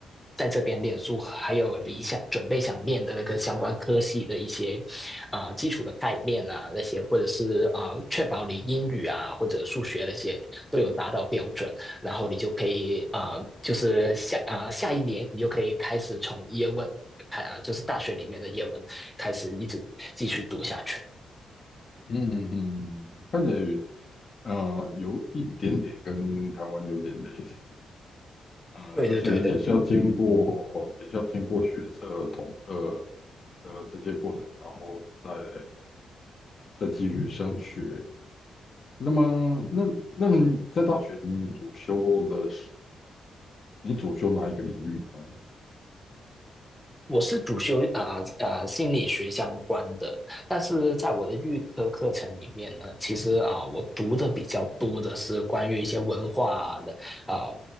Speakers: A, in the centre; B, on the left.
A: 在这边念书，还有你想准备想念的那个相关科系的一些啊、呃基础的概念啊那些，或者是啊、呃确保你英语啊或者数学那些都有达到标准，然后你就可以啊、呃就是下啊、呃下一年你就可以开始从叶问开啊、呃就是大学里面的叶问开始一直继续读下去。
B: 嗯嗯，看起来呃有一点点跟台湾有点类似，呃，
A: 对对对对
B: 就是也是要经过也是要经过学测、统测的这些过程，然后再来再继续升学。那么，那那么在大学你主修的是你主修哪一个领域呢？
A: 我是主修啊啊、呃呃心理学相关的，但是在我的预科课程里面呢，其实啊、呃我读的比较多的是关于一些文化的啊、呃